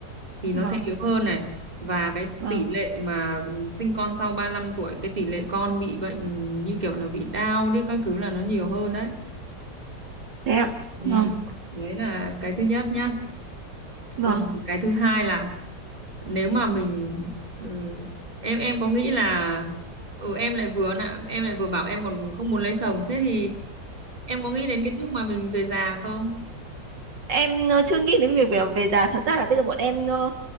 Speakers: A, on the right (about 20°); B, on the right (about 80°).
A: thì nó
B: vâng
A: sẽ yếu hơn này và cái
B: vâng
A: tỷ lệ mà sinh con sau 35 tuổi cái tỷ lệ con bị bệnh như kiểu là bị đau đi các thứ là nó nhiều hơn đấy
B: thế ạ
A: ừ.
B: vâng
A: đấy là cái thứ nhất nhá
B: vâng
A: còn cái thứ hai là nếu mà mình ừ, em em có nghĩ là ừ, em lại vừa nạ em lại vừa bảo em còn không muốn lấy chồng thế thì em có nghĩ đến cái lúc mà mình về già không
B: em ờ, chưa nghĩ đến việc về, về già thật ra là bây giờ bọn em ờ,